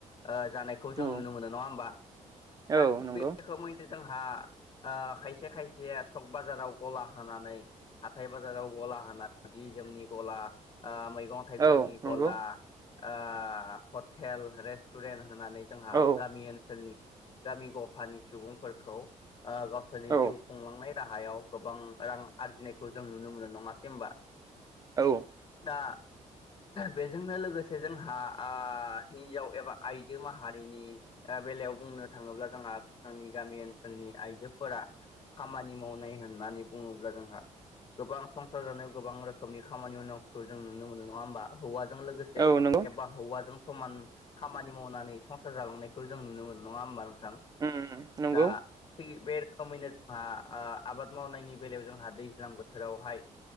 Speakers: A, on the left; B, on the right.
A: ओ जानायखौ जों
B: औ
A: नुनो मोनो नङा होमबा दा
B: औ
A: थिग
B: नंगौ
A: बे रोखोमैनो जोंहा ओ खायसे खायसेया सक बाजाराव गला होनानै हाथाय बाजाराव गला होनानै जि जि जोमनि गला ओ मैगं थाइगंनि
B: औ नंगौ
A: गला ओ हथ थेल रेस्टुरेन्ट होनानै जोंहा
B: औ
A: गामि ओनसोलनि गामि गफानि सुबुंफोरखौ ओ गावसोरनि
B: औ
A: जिउ खुंलांनाय राहायाव गोबां रां आरजिनायखौ जों नुनो मोनो नङासै होमबा
B: औ
A: दा बेजोंनो लोगोसे जोंहा ओ हिन्जाव एबा आइजो माहारिनि ओ बेलायाव बुंनो थाङोब्ला जोंहा जोंनि गामि ओनसोलनि आइजोफोरा खामानि मावनाय होननानै बुङोब्ला जोंहा गोबां संसार जानायाव गोबां रोखोमनि खामानि मावनाय फोरखो जों नुनो मोनो। नङा होमबा हौवाजों लोगोसे
B: औ नंगौ
A: एबा हौवाजों समान खामानि मावनानै संसार जालांनायखौ जों नुनो मोनो नङा होमबा नोंथ थां
B: उम उम नंगौ
A: दा थिग बे रोखोमैनो आ ओ आबाद मावनायनि बेलायाव जोंहा दैज्लां बोथोरावहाय